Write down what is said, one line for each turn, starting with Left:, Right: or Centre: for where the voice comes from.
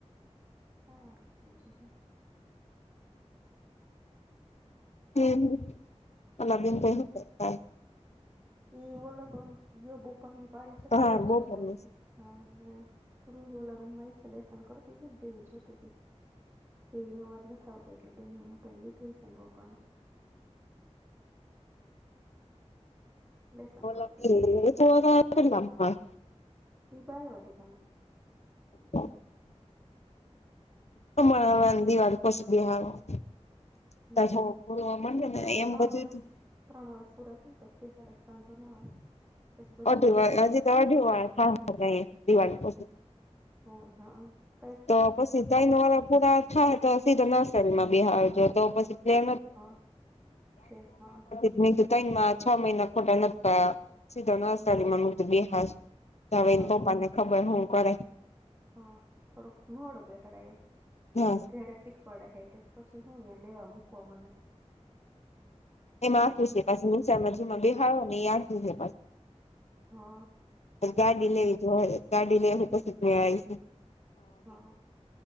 Right: હારુ બીજું હુ
Left: હમ્મ, <unintelligible>
Right: એ ઓલો તો ગયો બપોરની પાડી છે
Left: તો
Right: તે
Left: હા
Right: પાંચ
Left: બહુ
Right: વાગે
Left: ગમે
Right: આવશે. હા, ને રૂહી ઓલા રૂમમાં લેશન કરતી તી ને ટીવી ન જોતી તી. ટીવીનો અવાજ ન થ આવતો એટલે બેને મોબાઈલ લીધો હશે એન પપ્પાનો. લેસન
Left: બોલો
Right: કરતી
Left: <unintelligible>
Right: હોય ઈ બાલવાટિકા માં
Left: <inaudible> હમણાં વાંધી વાળકો <unintelligible>
Right: હમ
Left: <unintelligible>
Right: હા
Left: એમ
Right: ત્રણ
Left: બધું
Right: વર્ષ ત્રણ વર્ષ પૂરા થઈ ને પસ બેહાડય વાંધો ન આવે. પછી બધું
Left: અઢી
Right: આવડી
Left: વા
Right: જાય
Left: હજી તો અઢી વા હા દિવાળી પછી.
Right: હોય હા અ
Left: તો પસી તય ન વરહ પૂરા થાય તો સીધો નર્સરીમાં બિહારજો તો પછી કળુ
Right: હા છે હા
Left: <unintelligible> તઇન છ મહિના ખોટા નતા સીધા નર્સરી મુ બેહ તો હવે
Right: હા
Left: એના પપ્પા ને ખબર હું કરે.
Right: હ થોડોક મોડો બેહાડા એમ.
Left: હા.
Right: ત્યારે શીખવાડે હે પછી હું લેવા મૂકવા માટે
Left: એમાં આખુ છે
Right: હા
Left: <unintelligible> બેહાળો ને એ આચું છે.
Right: હા.
Left: ગાડી લેવી જોવા ગાડી લઈપશી જ મેળ આવીશું.
Right: હા